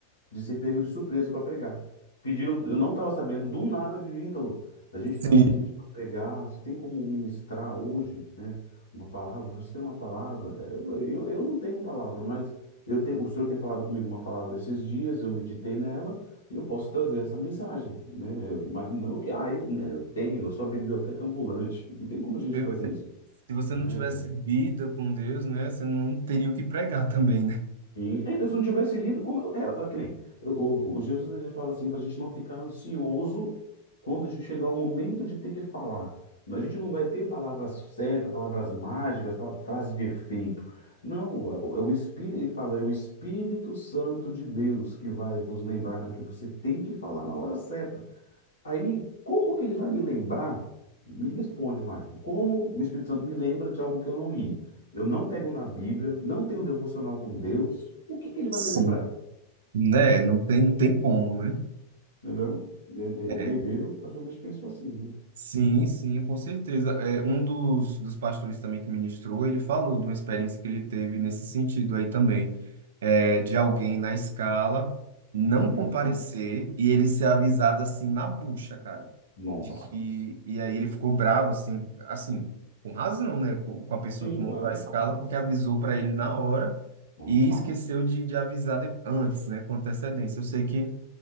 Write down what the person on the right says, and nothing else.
Sim.
Você
vê,
Se você
não tivesse
vida com Deus, né, você não teria o que pregar também, né?
Sim.
Né? Não tem, não tem como, né?
É.
Sim, sim, com certeza. É, um dos, dos pastores também que ministrou, ele falou de uma experiência que ele teve nesse sentido aí também, é, de alguém na escala não
comparecer e ele ser avisado assim na bucha, cara,
de que e aí ele ficou bravo assim, assim, com razão, né, com, com a pessoa
que montou
a escala porque avisou para ele na hora
e esqueceu de, de avisar de- antes, né, com antecedência. Eu sei que